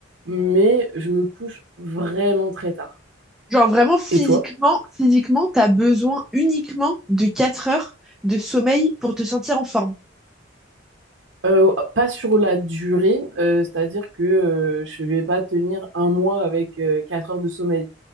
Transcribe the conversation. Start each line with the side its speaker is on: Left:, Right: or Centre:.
Right: mais je me couche vraiment très tard.
Centre: Genre vraiment physiquement,
Right: Et toi?
Centre: physiquement, t'as besoin uniquement de 4 heures de sommeil pour te sentir en forme.
Right: Euh, pas sur la durée, euh, c'est-à-dire que euh, je vais pas tenir un mois avec euh, 4 heures de sommeil.